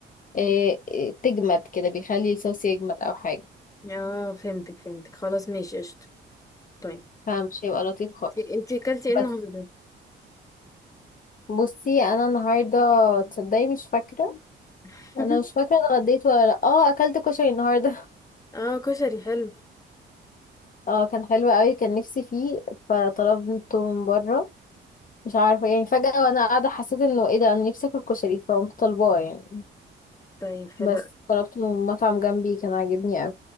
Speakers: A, on the left; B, on the left.
A: إيه إيه تجمد كده بيخلي الصوص يجمد او حاجه
B: اه فهمتك فهمتك خلاص ماشي قشطه طيب
A: فمش هيبقى لطيف خالص
B: انتي انتي اكلتي
A: بس
B: ايه النهارده
A: بصي انا النهارده تصدقي مش فاكره
B: <laughs>
A: انا مش فاكره اتغديت ولا لا اه اكلت كشري النهارده <laughs>
B: اه كشري حلو
A: اه كان حلو قوي كان نفسي فيه فطلبته من بره مش عارفه يعني فجاه وانا قاعده حسيت انه ايه ده انا نفسي اكل كشري فقمت طالباه يعني
B: طيب حلو
A: بس طلبته من مطعم جنبي كان عاجبني قوي